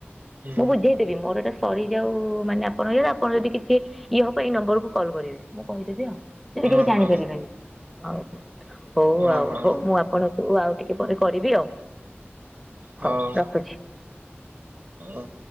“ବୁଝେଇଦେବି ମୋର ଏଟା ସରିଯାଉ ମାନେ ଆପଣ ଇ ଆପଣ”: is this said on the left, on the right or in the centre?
Centre